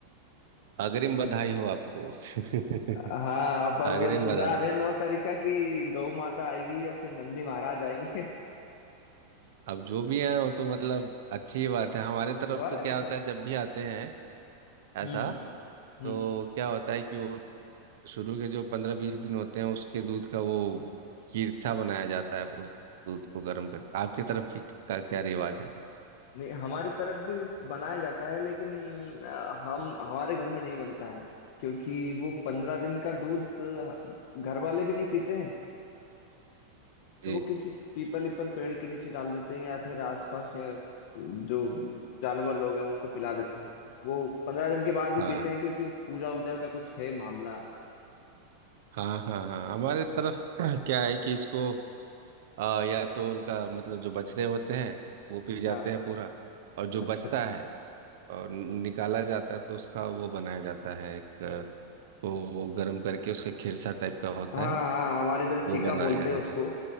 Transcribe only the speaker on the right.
अग्रिम बधाई
हो आपको <laughs>
अग्रिम
बधाई
अब जो भी है वो तो मतलब अच्छी बात
है हमारे तरफ
तो क्या
होता
है जब भी आते हैं ऐसा
तो
क्या होता है कि वो शुरू के जो पंद्रह बीस दिन होते हैं उसके दूध का वो खीरसा बनाया जाता है उस दूध को गर्म करके आपके तरफ की का क्या रिवाज है
जी
हाँ
हाँ हाँ हाँ हमारे तरफ <clears throat> क्या है कि इसको आ, या तो उनका मतलब जो बछड़े होते हैं वो पी जाते
हैं पूरा और जो
बचता है और न- निकाला जाता है तो उसका वो बनाया जाता है एक अ, वो वो गर्म करके उसका खिरसा टाइप का होता
है
वो बनाया
जाता
है